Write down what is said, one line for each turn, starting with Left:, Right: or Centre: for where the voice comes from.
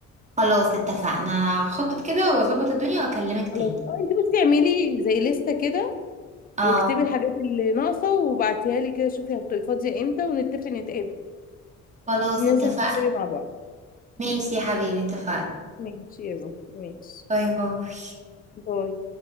Right: خلاص اتفقنا خطط كده واظبط الدنيا واكلمك
Left: خلاص
Right: تاني
Left: اه انت بس اعملي زي لستة كده
Right: اه
Left: واكتبي الحاجات اللي ناقصه وبعتيها لي كده شوفي هتبقي فاضيه امتى ونتفق نتقابل
Right: خلاص
Left: ننزل
Right: اتفقنا
Left: نشتري مع بعض
Right: ماشي يا حبيبي اتفقنا
Left: ماشي يا روحي ماشي
Right: باي باي
Left: باي